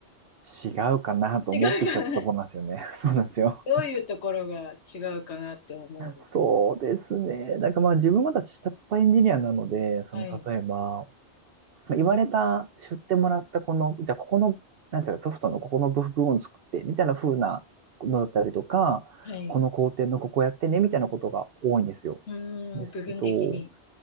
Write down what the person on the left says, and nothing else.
違うかな。え、
どういうところが違うかなって思う。
はい。
はい。
うーん、
部分的に。